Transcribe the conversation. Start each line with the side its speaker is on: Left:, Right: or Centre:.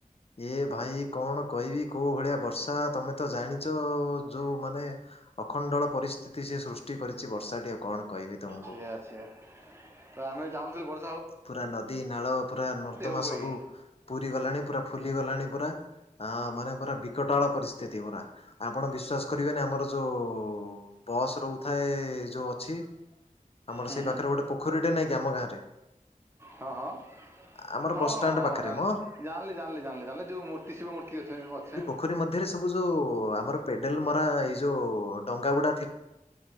Left: ଏ ଭାଇ କଣ କହିବି କୋଉ ଭଳିଆ ବର୍ଷା ତମେ ତ ଜାଣିଚ ଯୋଉ ମାନେ ଅଖଣ୍ଡଳ ପରିସ୍ଥିତି ସେ ସୃଷ୍ଟି କରିଚି ବର୍ଷାଟିଏ କଣ କହିବି ତମକୁ।
Right: ସେଇଆ ସେଇଆ ତ ଆମେ ଚାହୁଁଥିଲୁ ବୋ
Left: ପୁରା ନଦୀ ନାଳ ପୁରା ନର୍ଦ୍ଦମା
Right: ହେଉ କହିକି
Left: ସବୁ ପୁରୀ ଗଲାଣି ପୁରା ଫୁଲିଗଲାଣି ପୁରା ଆ ମାନେ ପୁରା ବିକଟାଳ ପରିସ୍ଥିତି ପୁରା। ଆପଣ ବିଶ୍ୱାସ କରିବେନି ଆମର ଯୋଉ ବସ୍ ରହୁଥାଏ ଯୋଉ ଅଛି ଆମର
Right: ହୁଁ
Left: ସେଇ
Right: ହୁଁ।
Left: ପାଖରେ ଗୋଟେ ପୋଖରୀଟେ ନାଇଁ କି ଆମ ଗାଁରେ।
Right: ହଁ ହଁ।
Left: ଆମର
Right: ହଁ
Left: ବସଷ୍ଟାଣ୍ଡ
Right: ହଁ ହଁ
Left: ପାଖରେ
Right: ଜା
Left: ମ
Right: ଜାଣିଲି ଜାଣିଲି ଜାଣିଲି ଜାଣିଲି ଯୋଉ ମୂର୍ତ୍ତି ଶିବ ମୂର୍ତ୍ତି ଅଛି
Left: ପଖରୀ ମଧ୍ୟରେ ସ ସବୁ ଯୋଉ ଆମର ପେଡେଲ୍ ମରା ଏଇ ଯୋଉ ଡଙ୍ଗା ଗୁଡା ଥିଲା।